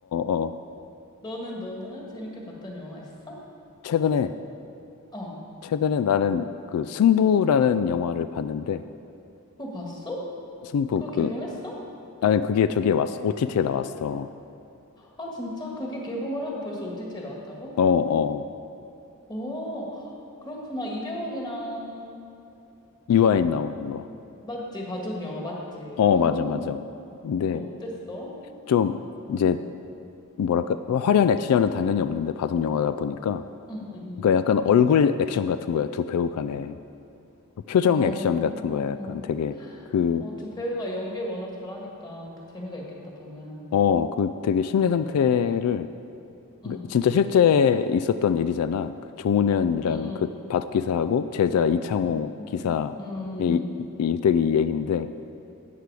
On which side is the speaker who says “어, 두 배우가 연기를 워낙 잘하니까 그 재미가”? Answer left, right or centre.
Left